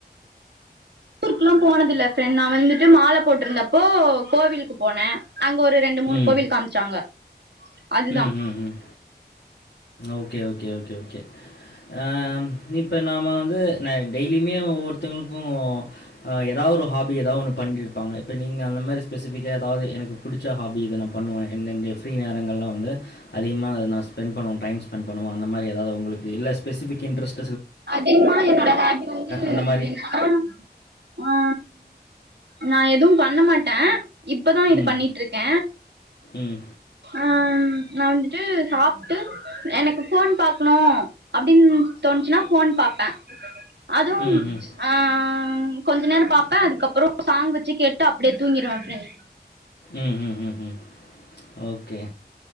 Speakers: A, on the right; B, on the left.
A: டூருக்குல்லா போனதில்ல ஃப்ரெண்ட் நா வந்துட்டு மால போட்டிருந்தப்போ கோவிலுக்கு போன அங்க ஒரு ரெண்டு மூணு
B: ம்.
A: கோவில் காமிச்சாங்க அதுதா
B: ம், ம், ம். ஓகே ஓகே ஓகே ஓகே அ இப்ப நாம வந்து நா டெய்லியுமே ஒவ்வொருத்தவங்களுக்கு அ எதாவுது ஒரு ஹாபி எதாவூது ஒன்னு பண்ணிட்டுருப்பாங்க இப்போ நீங்க அந்த மாரி ஸ்பெசிஃபிக்கா எதாவது எனக்கு புடிச்ச ஹாபி இத நா பண்ணுவ எண் என்ணோட ஃப்ரீ நேரங்கள்ள வந்து அதிகமா அத நா ஸ்பெண்ட் பண்ணுவ டைம் ஸ்பெண்ட் பண்ணுவோ அந்த மாரி எதாவுது உங்களுக்கு இல்ல ஸ்பெசிக் இன்ட்ரஸ்ட்
A: அதிகமா என்னோட ஹாபி வந்து
B: அந்த மாரி.
A: என்னான்னா அ நா எது பண்ணமாட்ட இப் இப்பதா இது
B: ம்,
A: பண்ணிட்டு இருக்க
B: ம்.
A: அ நா வந்துட்டு சாப்ட்டு எனக்கு ஃபோன் பாக்கனு அப்டின் தோணுச்சுன்னா ஃபோன் பாப்ப அதுவும்
B: ம்ஹ்ம்.
A: ஆ கொஞ்சோ நேரோ பாப்ப அதுக்கப்புறோ சாங் வச்சு கேட்டு அப்டியே தூங்கிருவ ஃப்ரெண்ட்
B: ம் ம் ம் ம் ஓகே